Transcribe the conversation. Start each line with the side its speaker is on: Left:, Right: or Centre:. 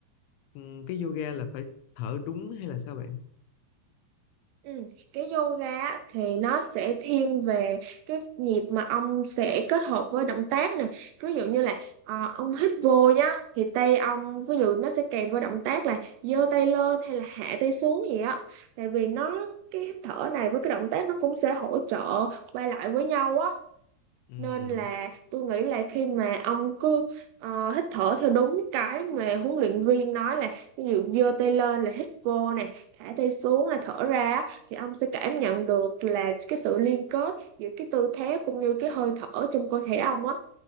Left: ừ, cái yoga là phải thở đúng hay là sao bạn
Right: Ừ. Cái yoga á, thì nó sẽ thiên về cái nhịp mà ông sẽ kết hợp với động tác này ví dụ như là ờ, ông hít vô nhá thì tay ông ví dụ nó sẽ kèm với động tác là giơ tay lên hay là hạ tay xuống gì á tại vì nó cái hít thở này với cái động tác nó cũng sẽ hỗ trợ qua lại với nhau á
Left: Ừ
Right: nên là tôi nghĩ là khi mà ông cứ ờ, hít thở theo đúng cái mà huấn luyện viên nói là ví dụ giơ tay lên là hít vô nè thả tay xuống là thở ra á, thì ông sẽ cảm nhận được là cái sự liên kết giữa cái tư thế cũng như cái hơi thở trong cơ thể ông á